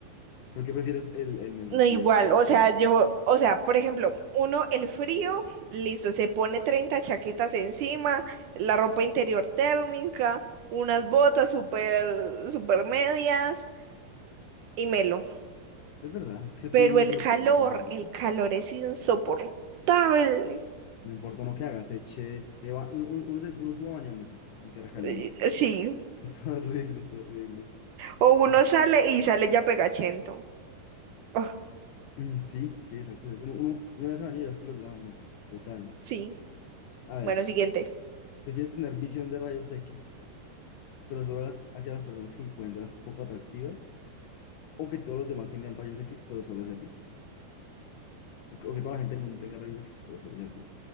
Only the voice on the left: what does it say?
¿Por qué prefieres el, el menos
10 al
cuarenta
Es verdad, es que el
frío uno
no se lo
puede, lo puede soportar.
No importa uno que haga, se eche, se va, uno, uno, uno se- uno suba bañándose en tierra caliente.
<laughs>
Es horrible, es horrible.
Eso
es
cierto.
Mm, sí, sí, exacto, exacto. Uno, uno, uno ya se bañó y ya se quiere volver a bañar. Total.
A ver,
¿prefieres tener visión de rayos X, pero solo las- hacia las personas que encuentras poco atractivas? ¿O que todos los demás tengan rayos X, pero solo hacia ti? O que, o que toda la gente del mundo tenga rayos X, pero solo hacia ti.